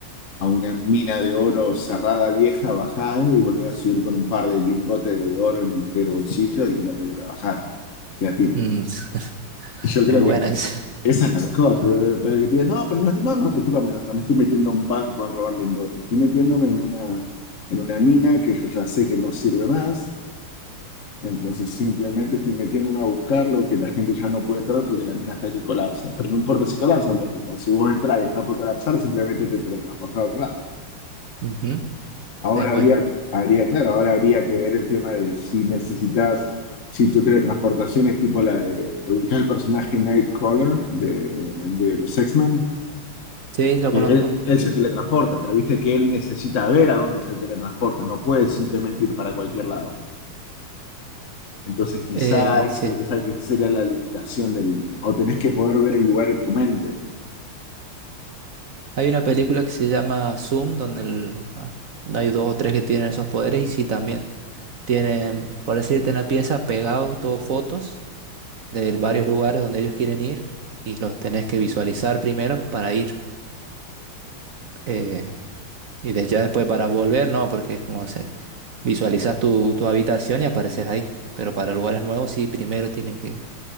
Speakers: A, on the left; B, on the right.
A: a una mina de oro cerrada, vieja, bajada, y volvés a subir con un par de lingotes de oro en el bolsillo y no tenés que trabajar. Ya tiene.
B: mm, <laughs>
A: Yo creo
B: es buena
A: que este,
B: esa.
A: esa es la mejor. Pero que te digan, no, pero no, no, no, discúlpame, no, no me estoy metiendo a un banco a robar lingotes. Estoy metiéndome en una, en una mina que yo ya sé que no sirve más. Entonces simplemente estoy metiéndome a buscar lo que la gente ya no puede entrar porque la mina está aquí colapsa. Pero no importa si colapsa, porque, pues, si vos entras y está por colapsar, simplemente te teletransportás a otro lado.
B: Ujú,
A: Ahora
B: Es buena.
A: habría, habría, claro, ahora habría que ver el tema de si necesitas, si tu teletransportación es tipo la de ubicar el personaje Nightcrawler de, de los X-Men.
B: Sí, lo
A: que
B: conozco.
A: Él, él se teletransporta, pero viste que él necesita ver a dónde se teletransporta, no puede simplemente ir para cualquier lado. Entonces quizá
B: Eh,
A: esa,
B: sí.
A: esa quizá sería la limitación del... O tenés que poder ver el lugar en tu mente.
B: Hay una película que se llama Zoom, donde el- ah, hay dos o tres que tienen esos poderes, y sí también. Tienen, por decirte, en la pieza pegado todos fotos de varios lugares donde ellos quieren ir, y los tenés que visualizar primero para ir. eh, y de ya después para volver, no, porque es como se visualizas tu, tu habitación y apareces ahí. Pero para lugares nuevos sí, primero tienen que,